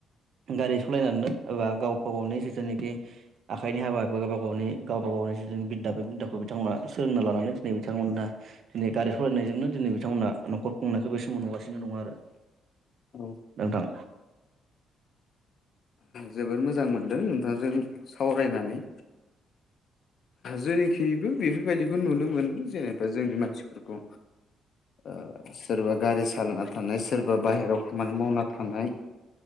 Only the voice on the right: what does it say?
गारि स'लायनानैनो एबा गावबा गावनि जिथुनिखि आखाइनि हाबाखौ गावबा गावनि गावबा गावनि जि बिद्दा बे बिद्दाखौ बिथांमोनहा सोलोंना लानानै दिनै बिथांमोनहाबो दिनै गारि सालायनायजोंनो दिनै बिथांमोना न'खर खुंनायखौ बे समाव नुगासिनो ओ नो दं आरो
नोंथां।